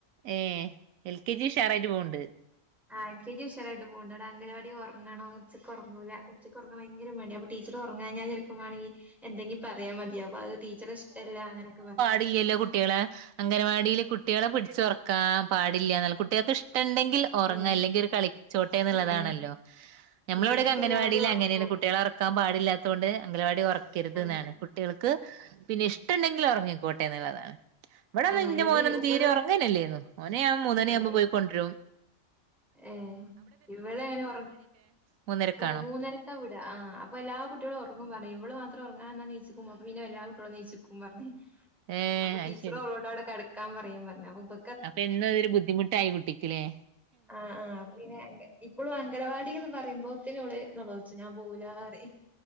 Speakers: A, on the right (about 90°); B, in the centre.
A: ഏഹ്, എൽ കെ ജി ഉഷാർ ആയിട്ട് പോവ്ണ്ട്.
B: ആഹ് എൽ കെ ജി ഉഷാറായിട്ട് പോവ്ണ്ട് അവടെ അങ്കലവാടി ഉറങ്ങണം ഉച്ചക്കൊറങ്ങൂല ഉച്ചക്ക് ഉറങ്ങാൻ ഭയങ്കര മടിയാ അ ടീച്ചർ ഉറങ്ങാഞ്ഞാൽ ചിലപ്പമാണെങ്കി എന്തെങ്കിപറിയാ മതി അപ്പോ അത് ടീച്ചറെ ഇഷ്ടല്ല അങ്ങനൊക്കെ പറയും.
A: <unintelligible> കുട്ട്യാള് അങ്കൻവാടിൽ കുട്ട്യാളെ പിടിച്ചൊറക്കാൻ പാടില്ലന്നുള്ള കുട്ട്യാൾക്ക് ഇഷ്ടണ്ടെങ്കി ൽ ഉറങ്ങ്
B: ഏഹ്
A: അല്ലെങ്കിൽ ഓര് കളിച്ചോട്ടെന്നുള്ളതാണല്ലോ
B: ഏഹ്
A: നമ്മളവിടെ
B: ഇവിടെക്കെ
A: ഒക്കെ അങ്കൻവാടിൽ
B: എല്ലാരും ഒറക്കും
A: അങ്ങനെയാണ് കുട്ട്യാളെ ഒർ ക്കാൻ പാടില്ലാത്തോണ്ട് അംഗലവാടി ഉറക്കരുത്
B: ഏഹ്
A: ന്നാണ് കുട്ടികൾ ക്ക്‌ പിന്നെ ഇഷ്ടണ്ടെങ്കിൽ ഒറങ്ങിക്കോട്ടെ എന്നുള്ളതാണ്. ഇവിടെന്നും
B: ആഹ്
A: ഇന്റെ
B: ഇത്
A: മോനൊന്നും
B: ഇവള്
A: തീരെ ഉറങ്ങല്ലേന്നു ഓനെ ഞാൻ മൂന്നണി
B: ഏഹ്
A: ആവുമ്പോ പോയിക്കൊണ്ടരും.
B: ഏഹ്, ഇവളെ എങ്ങനെ ഉറ
A: മൂന്നരക്കാണോ
B: മൂ മൂന്നരക്കാ വിട്. ആഹ് അപ്പൊ എല്ലാ കുട്ട്യാളും ഉറ ങ്ങും പറഞ്ഞ് ഇവള് മാത്രം ഉറങ്ങാതെ നിന്നാൽ നീച്ചിക്കും അപ്പ പിന്നെ എല്ലാ കുട്ടികളും നീച്ചിക്കും പറഞ്ഞ്.
A: ഏഹ്
B: അപ്പൊ ടീച്ചറ്
A: അയ്ശരി
B: ഓളോട് അവിടെ കടക്കാൻ പറയും പറഞ്ഞ് അപ്പൊ ഇബ
A: അപ്പൊ എന്നു അതൊരു ബുദ്ധിമുട്ടായി കുട്ടിക്ക്‌ലേ.
B: ആഹ് ആഹ് അപ്പോ പിന്നെ അങ്ക ഇപ്പളും അംഗലവാടി എന്ന് പറയുമ്പോത്തിന് ഓള് നെലോൾച്ചും ഞാൻ പോവൂലാറിം.